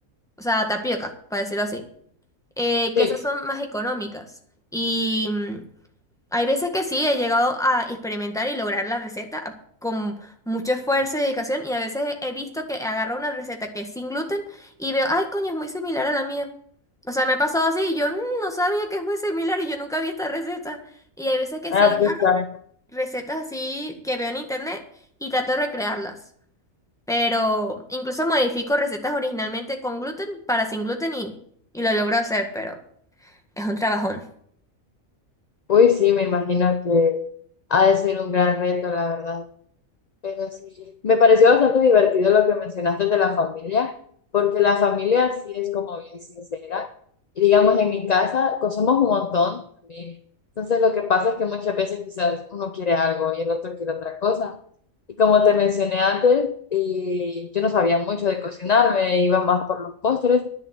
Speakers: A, in the centre; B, on the left.
A: o sea, tapioca, para decirlo así, eh, que
B: Sí.
A: esas son más económicas. Y mm, hay veces que sí, he llegado a experimentar y lograr la receta a- con mucho esfuerzo y dedicación, y a veces he visto que agarro una receta que es sin gluten y veo, ay, coño, es muy similar a la mía. O sea, me ha pasado así y yo "Mm, no sabía que es muy similar y yo nunca vi esta receta. Y hay veces que
B: Ah,
A: sí agarro
B: pues, claro.
A: recetas así que veo en internet y trato de recrearlas. Pero incluso modifico recetas originalmente con gluten para sin gluten y, y lo logro hacer, pero es un trabajón.
B: Uy, sí, me imagino que ha de ser un gran reto, la verdad. Pero sí, me pareció bastante divertido lo que mencionaste de la familia, porque la familia sí es como bien sincera. Y digamos, en mi casa, co- somos un montón también. Entonces, lo que pasa es que muchas veces quizás uno quiere algo y el otro quiere otra cosa. Y como te mencioné antes, eh, yo no sabía mucho de cocinar, me iba más por los postres,